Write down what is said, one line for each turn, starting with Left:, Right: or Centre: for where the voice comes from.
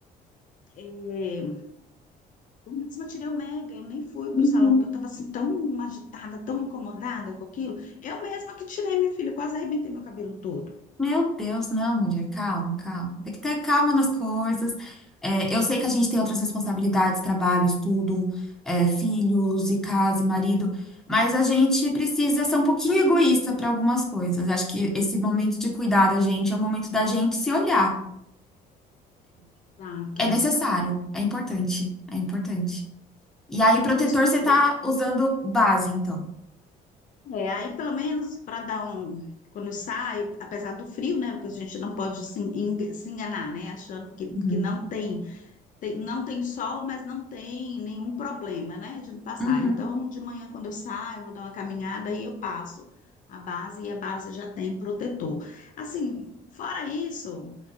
Left: é, eu mesma tirei o mega, eu nem fui
Centre: Uhum.
Left: pro salão, porque eu tava assim tão agitada, tão incomodada com aquilo. Eu mesma que tirei, minha filha, eu quase arrebentei meu cabelo todo.
Centre: Meu Deus, não, mulher, calma, calma. Tem que ter calma nas coisas. É, eu sei que a gente tem outras responsabilidades, trabalho, estudo, é, filhos e casa e marido, mas a gente precisa ser um pouquinho egoísta para algumas coisas. Acho que esse momento de cuidar da gente é o momento da gente se olhar.
Left: Exato.
Centre: É necessário, é importante, é importante. E aí, protetor,
Left: Por isso que eu
Centre: você
Left: fui.
Centre: tá usando base, então.
Left: É, aí pelo menos para dar um. Quando eu saio, apesar do frio, né? Porque a gente não pode se en- se enganar, né? Achando que,
Centre: Uhum.
Left: que não tem tem- não tem sol, mas não tem nenhum problema, né, de passar.
Centre: Uhum.
Left: Então, de manhã, quando eu saio, vou dar uma caminhada e eu passo a base e a base já tem protetor. Assim, fora isso,